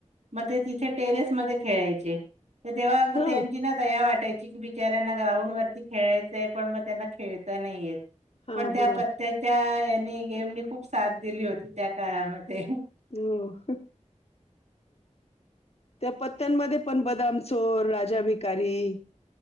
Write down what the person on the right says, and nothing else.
मग ते तिथे टेरेस मध्ये खेळायचे. तर तेव्हा
त्यांची ना दया वाटायची. ना ग्राउंड वरती खेळायचंय पण म त्यांना खेळता नाहीे येत
पण त्या
प त्या यांनी गेमनी खूप साथ दिली होती त्या काळामध्ये